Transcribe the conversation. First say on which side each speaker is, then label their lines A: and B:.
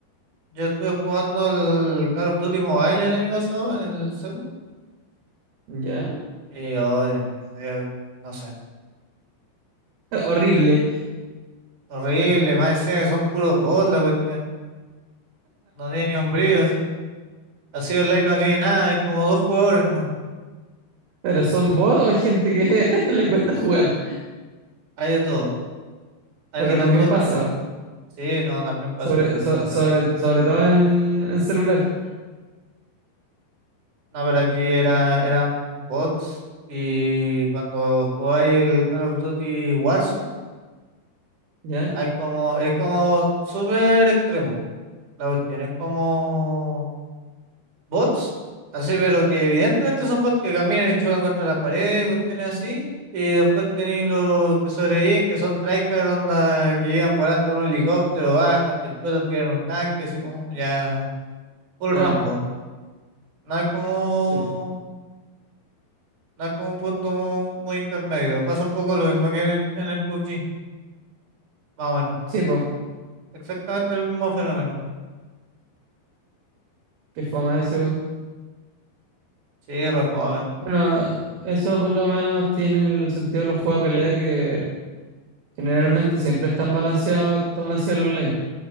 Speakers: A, on the right; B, on the right.
A: yo estuve jugando el Call of Duty Mobile el año pasado en el celu.
B: ¿Ya?
A: Y, oh, Dios mío, yo- no sé.
B: <laughs> Horrible.
A: Horrible, más decía que son puros bots la cuestión. No tiene ni un brillo. es- Así online no tiene nada. Hay como dos jugadores, ¿no?
B: Pero son bots o hay gente que <laughs> le cuesta jugar.
A: Hay de todo. Hay
B: Porque
A: de los
B: también
A: dos
B: pasa.
A: cosas. Sí, no, también paso
B: Sobre,
A: si lo
B: so-
A: tengo claro.
B: sobre, sobre todo en, en celular.
A: No, pero aquí era, eran bots y cuando jugáis el Call of Duty Warzone,
B: ¿Ya?
A: hay como, es como súper extremo. La cuestión es como bots, así, pero que evidentemente son bots que caminan y chocan contra la pared, cuestiones así. Y después tenéis los que sobreviven, que son tryhard, onda, que llegan volando en un helicóptero, bajan, te explotan, tiran un tanque, así como ya, full
B: Claro.
A: Rambo. No hay como
B: Sí, po.
A: No es como un punto mu- muy, intermedio. Pasa un poco lo mismo que en el, en el PUBG, más o menos.
B: Sí, po.
A: Exactamente el mismo fenómeno.
B: Qué fome ese gol.
A: Sí, reformen.
B: Bueno, eso por lo menos tiene el sentido de los juegos de pelea que generalmente siempre están balanceados, todo balanceado el online.